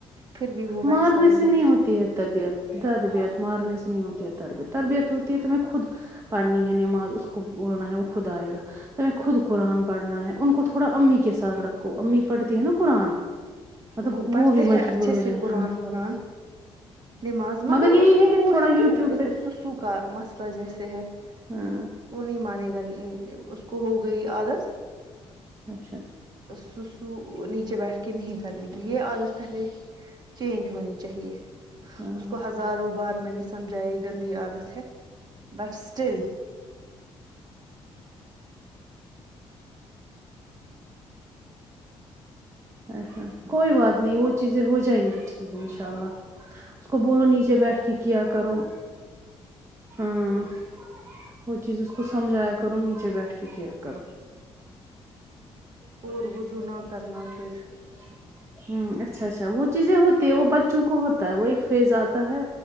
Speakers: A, on the right (about 40°); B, on the right (about 25°).
A: پھر بھی وہ ویسا
B: مارنے
A: ہی ہوتا
B: سے نہیں ہوتی ہے طبیعت تربیت مارنے سے نہیں ہوتی ہے تربیت تربیت ہوتی ہے تو میں خود پڑھنی ہے نماز اس کو بولنا ہے وہ خود آئے گا توہیں خود قرآن پڑھنا ہے ان کو تھوڑا امی کے ساتھ رکھو امی پڑھتی ہیں نا قرآن مطلب
A: وہ پڑھتے
B: بھی
A: ہیں
B: مجبور
A: اچھے
B: ہو
A: سے
B: جائیں
A: قرآن
B: ہاں
A: ورن نماز مگر
B: یہی
A: اس کو وہ
B: تھوڑا
A: ہے
B: یوٹیوب
A: کہ دیکھو
B: پہ
A: سسو کا مسئلہ جیسے ہے
B: ہاں
A: وہ نہیں مانے گا اس کو ہو گئی عادت
B: اچھا
A: سو سو نیچے بیٹھ کہ نہیں کرنے کی یہ عادت پہلے چینج ہونی چاہیے
B: ہاں
A: اس کو ہزاروں بار میں نے سمجھایا یہ گندی عادت ہے بٹ اسٹل
B: ا ہاں کوئی بات نہیں وہ چیزیں ہو جائیں گی ٹھیک انشاء اللہ اس کو بولو نیچے بیٹھ کے کیا کرو ہاں وہ چیز اس کو سمجھایا کرو نیچے بیٹھ کے کیا کرو <inaudible>
A: اور وضو نہ کرنا پھر
B: ہ اچھا اچھا وہ چیزیں ہوتی ہے وہ بچوں کو ہوتا ہے وہ ایک فیز آتا ہے